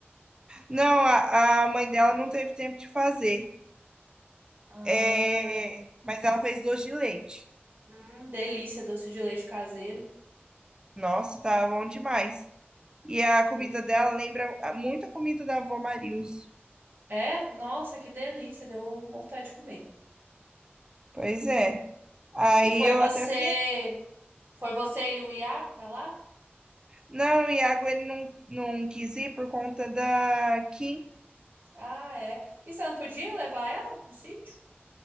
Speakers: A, on the right; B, on the right.
A: Não, a, a mãe dela não teve tempo de fazer.
B: Ah,
A: É, Mas ela fez doce de leite.
B: hum, delícia, doce de leite caseiro.
A: Nossa, tá bom demais. E a comida
B: E o que-
A: dela lembra muito a comida da avó Marilson.
B: É? Nossa, que delícia, deu vontade de comer.
A: Pois é. Aí
B: E foi
A: eu
B: você,
A: até fiquei
B: foi você e o Iago pra lá?
A: Não, o Iago ele não, não quis ir por conta da Kim.
B: Ah, é. E você não podia levar ela pro sítio?